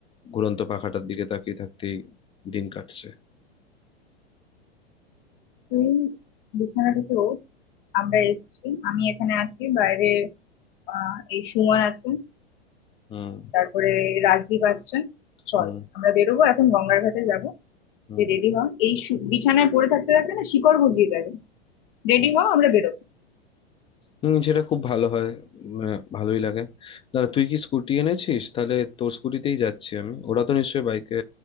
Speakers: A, on the left; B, on the left.
A: ঘুরন্ত পাখাটার দিকে তাকিয়ে থাকতেই দিন কাটছে
B: তুই বিছানা থেকে ওঠ আমরা এসেছি আমি এখানে আছি বাইরে আহ এই সুমন আছে
A: হুম
B: তারপরে রাজদীপ আসছে চল
A: হুম
B: আমরা বেরোবো এখন গঙ্গার ঘাটে যাবো
A: হুম
B: তুই রেডি হ এই শু- বিছানায় পড়ে থাকতে থাকতে না শিকড় গজিয়ে যাবে রেডি হ আমরা বেরোবো
A: হুম সেটা খুব ভালো হয় মানে ভালোই লাগে দাঁড়া তুই কি স্কুটি এনেছিস তাহলে তোর স্কুটিতেই যাচ্ছি আমি ওরা তো নিশ্চয়ই বাইকে